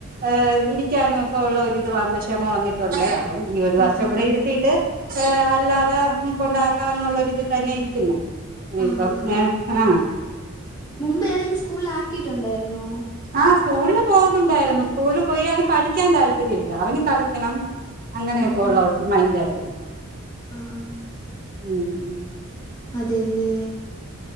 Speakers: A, on the right (about 40°); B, on the left (about 20°).
A: ഏഹ് ഇരിക്കാനും ഒക്കെ ഉള്ള ഒരിത് വന്ന് ക്ഷമ വന്നിട്ടൊണ്ട് അപ്പം ഈ ഒര് വർഷം
B: ആഹ് ആഹ്
A: കൂടെ ഇര്ത്തീട്ട്, ഏഹ് അല്ലാതെ കൊണ്ടാക്കാം എന്നുള്ള ഒരിതി തന്നെ ഇരിക്കുന്നു. ഇനിപ്പം
B: ആഹ് ആഹ്
A: ഏഹ് ആഹ്.
B: മുമ്പ് ഏതെങ്കിലും സ്കൂളിലാക്കിയിട്ടുണ്ടായ്ര്ന്നോ?
A: ആഹ് സ്കൂളിൽ പോകുന്നുണ്ടായ്ര്ന്നു സ്കൂളിൽ പോയാലും പഠിക്കാൻ താൽപര്യ ഇല്ല അവന് കളിക്കണം. അങ്ങനെയൊക്കെ
B: ആഹ്
A: ഉള്ള
B: ആഹ്
A: ഒര് മൈൻഡായിരുന്നു.
B: ആഹ്.
A: ഉം ഉം.
B: അതേലേ.